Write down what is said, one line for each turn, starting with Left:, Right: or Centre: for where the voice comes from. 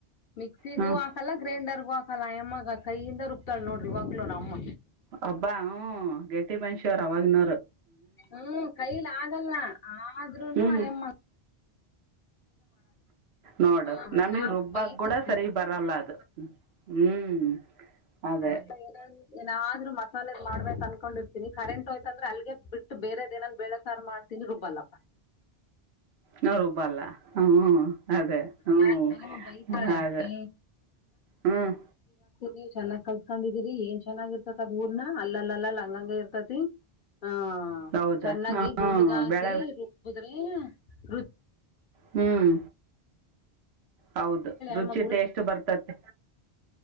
Left: ಮಿಕ್ಸಿಗೂ
Right: ಹ್ಮ್
Left: ಹಾಕಲ್ಲ ಗ್ರೈಂಡರ್ಗೂ ಹಾಕಲ್ಲ ಅಯಮ್ಮ ಹಾಕ ಕೈಯಿಂದ ರುಕ್ತಾಳ ನೋಡ್ರಿ ಇವಾಗ್ಲೋ ನಮ ಅಮ್ಮ
Right: ಹಬ್ಬಾ ಹ ಮನ್ಷ ಅವರ ಆವಾಗಿನ
Left: ಹ್ಮ್ ಕೈಲಿ ಆಗಲ್ಲ ಆದ್ರೂನು
Right: ಹ್ಮ್
Left: ಅಯಮ್ಮ
Right: ನೋಡು
Left: ಹ,
Right: ನಮಗ್
Left: ನಾವು
Right: ರುಬ್ಬಕ್
Left: ಬೈತಿರ್ತೀವಿ
Right: ಕೂಡ ಸರಿಗ್ ಬರಲ್ಲ ಅದು ಹ್ಮ್ ಅದೇ
Left: ಆ ಏನ ಏನಾದ್ರರು ಮಸಾಲೆ ಮಾಡ್ಬೇಕಕ್ ಅನ್ಕೊಂಡಿರ್ತೀನಿ ಕರೆಂಟ್ ಹೋಯ್ತಂದ್ರ ಅಗೆ ಬಿಟ್ಟು ಬೇರೆದೇನನ್ ಬೇಳೆಸಾರ ಮಾಡ್ತೀನಿ ರುಬ್ಬಲ್ಲ
Right: ನಾ ರುಬ್ಬಲ್ಲ ಹ್ಮ್ ಅದೇ ಹ್ಮ
Left: ಹಾ ಅಯ್ಯಮ್ಮ ಬೈತಾಳೆ
Right: ಅದೇ
Left: ಏ
Right: ಹ್ಮ್
Left: ರಿ ಚೆನ್ನಾಗ್ ಕಲ್ಸ್ಕೊಂಡಿದೀರಿ ಏನ್ ಚೆನ್ನಾಗಿರ್ತತಿದ್ ಊರ್ನ ಅಲ್ಲಲ್ಲಲ್ಲಾ ಲಂಗಂಗ ಇರ್ತತಿ ಹ
Right: ಹೌದ
Left: ಚೆನ್ನಾಗಿ
Right: ಹ್ಮ್
Left: ಗುಂಡಗ ಹಾಕಿ
Right: ಬೆಳೆ
Left: ರುಬ್ಬ ಅದ್ನಿ ರು <unintelligible>
Right: ಹ್ಮ್ ಹೌದು ರುಚಿ
Left: ಅಮ್ಮ
Right: ಟೇಸ್ಟ್ ಬರ್ತತಿ